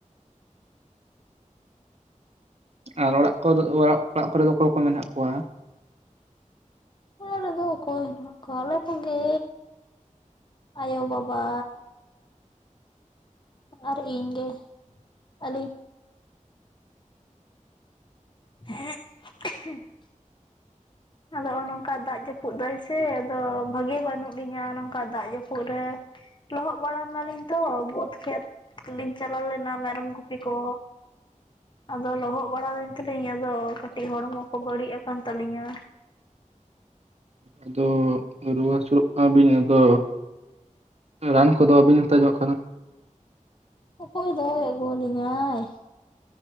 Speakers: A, on the right; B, on the left.
A: ᱟᱨ ᱚᱲᱟᱜ ᱫᱚ ᱚᱲᱟᱜ ᱚᱲᱟᱜ ᱠᱚᱨᱮ ᱫᱚ ᱚᱠᱚᱭ ᱠᱚ ᱢᱮᱱᱟᱜ ᱠᱚᱣᱟ
B: ᱚᱲᱟᱜ ᱨᱮᱫᱚ ᱚᱠᱚᱭ ᱦᱮᱱᱟᱜ ᱠᱚᱣᱟ ᱟᱞᱮ ᱠᱚᱜᱮ ᱟᱭᱳ ᱵᱟᱵᱟ᱾ ᱟᱨ ᱤᱧ ᱜᱮ ᱟᱹᱞᱤ ᱦᱮᱸ <unintelligible> ᱟᱫᱚᱜ ᱱᱚᱜᱼᱚᱭ ᱱᱚᱝᱠᱟ ᱫᱟᱜ ᱡᱟᱹᱯᱩᱫ ᱫᱟᱭ ᱥᱮ ᱟᱫᱚ ᱵᱷᱟᱜᱤ ᱵᱟᱹᱱᱩᱜ ᱞᱤᱧᱟ ᱱᱚᱝᱠᱟ ᱫᱟᱜ ᱡᱟᱹᱯᱩᱫ ᱨᱮ ᱞᱚᱦᱚᱫ ᱵᱟᱲᱟ ᱞᱮᱱᱟᱞᱤᱧ ᱛᱚ ᱵᱟᱹᱫᱽ ᱠᱷᱮᱛ ᱞᱤᱧ ᱪᱟᱞᱟᱣ ᱞᱮᱱᱟ ᱢᱮᱨᱚᱢ ᱜᱩᱯᱤ ᱠᱚ ᱟᱫᱚ ᱞᱚᱦᱚᱫ ᱵᱟᱲᱟ ᱞᱮᱱ ᱛᱮᱞᱤᱧ ᱟᱫᱚ ᱠᱟᱹᱴᱤᱜ ᱦᱚᱲᱢᱚ ᱠᱚ ᱵᱟᱹᱲᱤᱜ ᱟᱠᱟᱱ ᱛᱟᱹᱞᱤᱧᱟ᱾
A: ᱟᱫᱚ ᱨᱩᱣᱟᱹ ᱦᱟᱹᱥᱩᱜ ᱠᱟᱱᱟ ᱵᱤᱱ ᱟᱫᱚ ᱨᱟᱱ ᱠᱚᱫᱚ ᱵᱟᱵᱤᱱ ᱦᱟᱛᱟᱣ ᱧᱚᱜ ᱠᱟᱱᱟ
B: ᱚᱠᱚᱭ ᱫᱚᱭ ᱟᱹᱜᱩᱣᱟᱞᱤᱧᱟᱭ